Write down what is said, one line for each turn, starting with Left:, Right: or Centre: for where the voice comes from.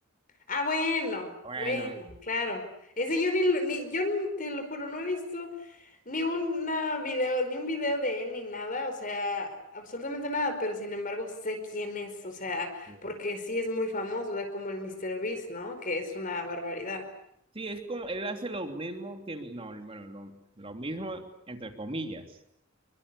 Left: Ah, bueno,
Right: bueno,
Left: bueno, claro. Ese yo ni, lo- ni yo n- te lo juro, no he visto ni una video, ni un video de él ni nada, o sea, absolutamente nada, pero sin embargo sé quién es, o sea,
Right: sí.
Left: porque sí es muy famoso, o sea, como el Mr. Beast, ¿no? Que es una barbaridad.
Right: Sí, es como, él hace lo mismo que, mi- no, bueno, lo, lo mismo, entre comillas,